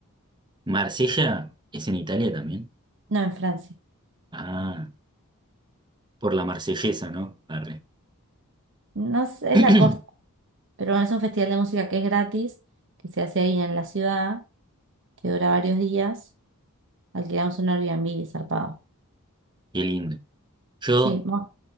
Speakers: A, on the right; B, on the right.
A: Marsella es en Italia también.
B: No, en Francia.
A: Ah, por la marsellesa, ¿no? Arre.
B: No sé,
A: <clears throat>
B: es
A: Qué
B: la costa, pero bueno, es un festival de música que es gratis, que se hace ahí en la ciudad, que dura varios días. Alquilamos un Airbnb zarpado.
A: lindo. Yo
B: Sí, vamos